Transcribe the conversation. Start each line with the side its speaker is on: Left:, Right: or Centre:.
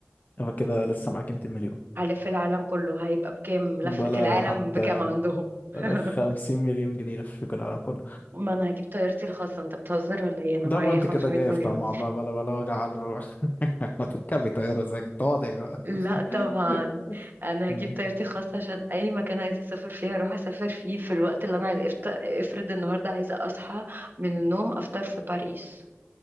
Left: فكده لسه معاك 200 مليون
Right: هلف العالم كله هيبقى بكام لفة
Left: ولا
Right: العالم
Left: حتى
Right: بكام عندهم <laughs>
Left: 50 مليون جنيه لفيكوا العالم كله
Right: ما انا هجيب طيارتي الخاصة انت بتهزر ولا ايه انا
Left: ده
Right: معايا
Left: بقى انت
Right: 500
Left: كده جاي
Right: مليون
Left: في طمع بقى بلا بلا وجع على الروح <laughs> ما تركبي طيارة زيك تواضعي بقى
Right: لا طبعا
Left: <laughs>
Right: انا
Left: مم.
Right: هجيب طيارتي الخاصة عشان اي مكان عايزة اسافر فيه هروح اسافر فيه في الوقت اللي انا عايزة افت- افرض النهاردة عايزة اصحى من النوم افطر في باريس